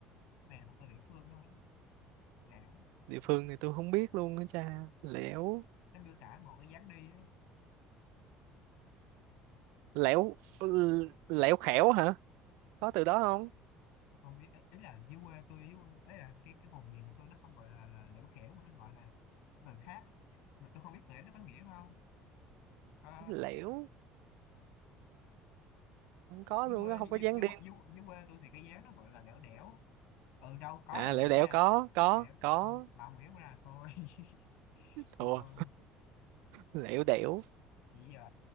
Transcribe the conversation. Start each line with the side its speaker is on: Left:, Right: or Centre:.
Left: này là một từ địa phương thôi lẽo
Right: địa phương này tôi không biết luôn á cha lẻo
Left: nó miêu tả một cái dáng đi đó.
Right: lẻo l- lẻo khẻo hả có từ đó không
Left: Tôi không biết ý, ý là dưới quê tôi dưới, ý là cái cái vùng miền của tôi nó không gọi là, là lẽo khẽo mà nó gọi là cái từ khác mà tôi không biết từ đấy nó có nghĩa không Ờ,
Right: lẻo không có
Left: dưới
Right: luôn
Left: quê
Right: á không
Left: dưới,
Right: có dáng
Left: dưới,
Right: đi
Left: dưới, dưới quê tôi thì cái giá nó gọi là lẻo đẻo ừ đâu có
Right: à
Left: lẻo đẻo
Right: liễu đẻo
Left: nha
Right: có có
Left: lẻo đẻo
Right: có
Left: không mà ông nghĩ ra thôi <laughs> thua
Right: thua lẻo đẻo
Left: vậy giờ